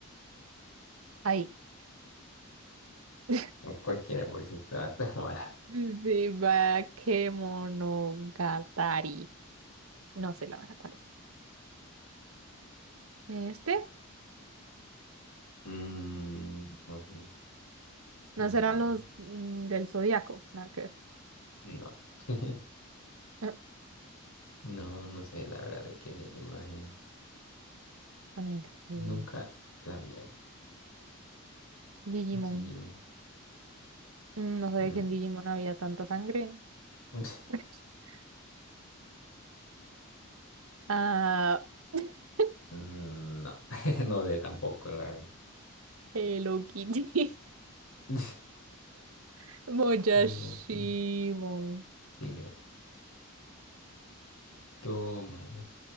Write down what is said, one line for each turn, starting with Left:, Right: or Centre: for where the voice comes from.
Right: Ahí. <laughs>
Left: O cualquiera por si estaba tan <laughs> mala.
Right: Sí, va, Kemonogatari. No sé la verdad cuál es. Este,
Left: Mm, no sé. No,
Right: no serán los mm, del Zodíaco, nada que ver. <laughs>
Left: no, <laughs>
Right: Ah,
Left: no no sé la verdad de qué es esa imagen.
Right: Con el zodiaco.
Left: Nunca la había
Right: Digimon.
Left: visto.
Right: Mm, No sabía
Left: Mm,
Right: que en Digimon había tanta sangre.
Left: <laughs>
Right: <laughs> Ah, <laughs>
Left: No, <laughs> no sé tampoco la verdad.
Right: Hello Kitty.
Left: <laughs>
Right: <laughs> Moyashimon.
Left: Mm, Sí, no. Toma.